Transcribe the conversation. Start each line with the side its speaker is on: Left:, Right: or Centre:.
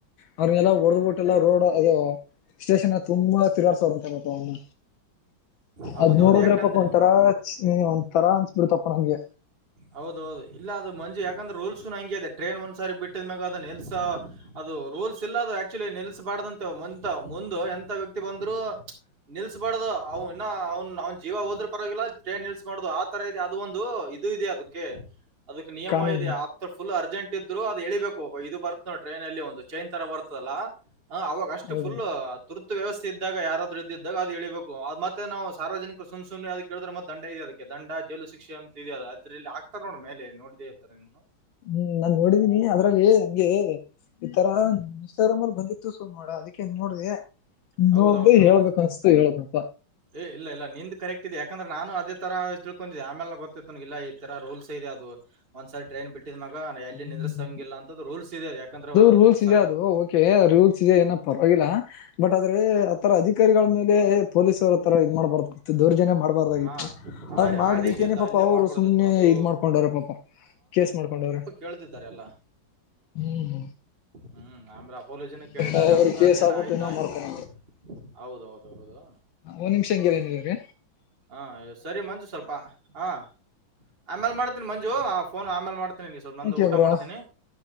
Left: ಅವ್ರನ್ನೆಲ್ಲ ಹೊಡೆದ್ಬಿಟ್ಟೆಲ್ಲ ರೋಡ್ ಅದು ಸ್ಟೇಷನ್ ತುಂಬಾ ತಿರಗಾಡ್ಸೋಂತಗತ್ತ ಅವನ್ನ
Right: ಹೌದೌದು
Left: ಅದ್ ನೋಡದ್ರ
Right: ಯಾಕಂದ್ರೆ
Left: ಪಾಪ ಒಂದ್ ತರಾ ಚಿ ಒಂದ ತರಾ ಅನ್ಸ್ಬಿಡ್ತಪ್ಪಾ ನಮಗೆ.
Right: ಹೌದೌದು ಇಲ್ಲ ಅದು ಮಂಜು ಯಾಕಂದ್ರೆ ರೂಲ್ಸ್ ಹಂಗೆ ಅದೆ ಟ್ರೇನ್ ಒಂದ್ಸ ಸಾರಿ ಬಿಟ್ಟಿದ್ಮ್ಯಾಗ ಅದನ್ನ ಎಲ್ಸ. ಅದು ರೂಲ್ಸ್ ಇಲ್ಲ ಅದು ಆಕ್ಚುಲಿ ನಿಲ್ಸಬಾರ್ದಂತೆ ಮುಂತ ಮುಂದು ಎಂತ ವ್ಯಕ್ತಿ ಬಂದ್ರು. ನಿಲ್ಸ್ಬಾರ್ದು ಅವನು ಇನ್ನ ಅವ್ನ್ ಅವ್ನ ಜೀವ ಹೋದ್ರ ಪರವಾಗಿಲ್ಲ ಟ್ರೇನ್ ನಿಲ್ಸ್ಬಾರ್ದು ಆ ತರ ಇದೇ ಅದು ಒಂದು ಇದೆ ಅದಕ್ಕೆ ಅದಕ್ಕೆ ನಿಯಮ
Left: ಕಾನೂನು
Right: ಇದೆ ಆತ್ ಫುಲ್ ಅರ್ಜೆಂಟ್ ಇದ್ರು. ಎಳಿಬೇಕು ಇದು ಬರ್ತ ನೋಡ ಟ್ರೈನ್ ಅಲ್ಲಿ ಒಂದು ಚೈನ್ ತರ ಬರ್ತದಲ್ಲಾ ಅವವಾಗ ಅಷ್ಟು
Left: ಹೌದೌದು
Right: ಫುಲ್. ತುರ್ತು ವ್ಯವಸ್ಥೆ ಇದ್ದಾಗ ಯಾರಾದರೂ ಇಂದಿದ್ರೆ ಅದು ಏಳಿಬೇಕು ಅದು ಮತ್ತೆ ನಾವು ಸಾರ್ವಜನಿಕ ಸುಮ್ಮಸುಮ್ನೆ ಅದ <unintelligible> ಮತ್ತೆ ದಂಡ ಇದೆ ಅದಕ್ಕೆ ದಂಡ ಜೈಲು ಶಿಕ್ಷೆ ಅಂತ ಇದೆ ಅದು ಅದ್ರಲ್ಲಿ ಆಗ್ತ ನೋಡ ಮೇಲೆ ನೋಡಿದೇ. ಇರ್ತನು
Left: ಹ್ಮ್ ನಾನ್ ನೋಡಿದ್ದೀನಿ ಅದ್ರಲ್ಲಿ ಹಾಗೆ ಈತರ. <unintelligible> ಬಂದಿತ್ತು ಸುಮ್ಮ ನೋಡ ಅದಕ್ಕೆ ನೋಡದೆ
Right: ಹೌದೌದು
Left: ನೋಡಿ
Right: ಹಾ
Left: ಹೇಳ್ಬೇಕು ಅನಸ್ತು ಹೇಳದಪ್ಪ.
Right: ಏ ಇಲ್ಲ ಇಲ್ಲ ನಿಂದ ಕರೆಕ್ಟ್ ಇದೆ ಯಾಕಂದ್ರೆ ನಾನು ಅದೇ ತರ ತಿಳ್ಕೊಂಡಿದ್ದೆ ಆಮೇಲೆ ಗೊ ಇಲ್ಲ ಈ ತರ ರೂಲ್ಸ್ ಇದೆ ಅದು ಒಂದ್ಸಾರಿ ಟ್ರೈನ್ ಬಿಟ್ಟ ಮೇಗ ಎಲ್ಲಿ
Left: ಹ್ಮ್
Right: ನಿಂದ್ರಿಸಂಗಿಲ್ಲ ಅಂತ ರೂಲ್ಸ್ ಇದೆ ಅದು ಯಾಕಂದ್ರೆ ಅ <unintelligible>
Left: ರೂಲ್ಸ್ ಇದೆ ಅದು ಓಕೆ <unintelligible> ಏನ ಏನುಪಾಪಗಿಲ್ಲ ಬಟ್ ಆದ್ರೆ ಆತರ ಅಧಿಕಾರಿಗಳ ಮೇಲೆ ಪೊಲೀಸವರ ತರ ಇದು ಮಾಡ್ಬಾರ್ದತ್ತು ದೌರ್ಜನ್ಯ ಮಾಡ್ಬಾರ್ದಾಗಿತ್ತು.
Right: ಹಾ ಆ
Left: ಅದ್ ಮಾಡಿದಕ್ಕೇನೆ
Right: ಆ ರೀತಿ ಇತ್ತು
Left: ಪಾಪಾ
Right: ಹಲ್ಲೆ
Left: ಅವರು
Right: ಮಾಡ್ಬಾರ್ದಿತ್ತು
Left: ಸುಮ್ಮ್ನೆ
Right: ಅದು
Left: ಇದ್ ಮಾಡ್ಕೊಂಡವ್ರ ಪಾಪ ಕೇಸ್ ಮಾಡ್ಕೊಂಡವ್ರ.
Right: ಕೇಳ್ತಿದ್ದಾರೆ ಎಲ್ಲಾ
Left: ಹ್ಮ್
Right: ಹ್ಮ್ ಅಂದ್ರೆ ಅಪೋಲಜಿನೂ ಕೇಳಿದಿದ್ದಾರೆ
Left: ಪಾಪ ಅವ್ರ
Right: ಅವ್ರಿಗೂ
Left: ಕೇಸ್
Right: ಅದಏನ
Left: ಆಗ್ಬಿಟ್ಟು
Right: ಆಯ್ತಾ
Left: ಏನೋ
Right: ಆಯತದ.
Left: ಮಾಡ್ತಾರ
Right: ಹೌದೌ ಹೌದು ಹೌದು.
Left: ಒಂದ್ ನಿಮಿಷ ಹಂಗೆ ಲೈನಲ್ಲಿರಿ.
Right: ಹಾ ಸರಿ ಮಂಜು ಸ್ವಲ್ಪ ಹಾ ಆಮ್ಯಾಲ್ ಮಾಡ್ತೀನ್ ಮಂಜು ಆ ಫೋನ್ ಆಮೇಲೆ ಮಾಡ್ ಗೆ <unintelligible> ಸ್ವಲ್ಪ
Left: ಓಕೆ
Right: ನ ಊಟ
Left: ಬ್ರೋ
Right: ಮಾಡ್ತೀನಿ